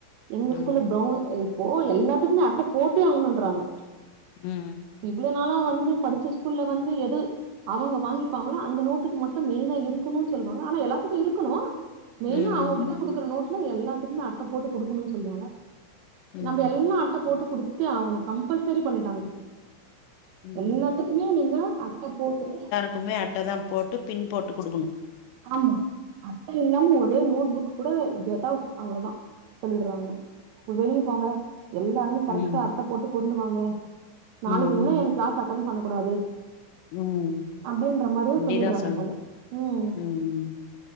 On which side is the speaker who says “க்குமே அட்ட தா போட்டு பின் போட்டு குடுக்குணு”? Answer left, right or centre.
Left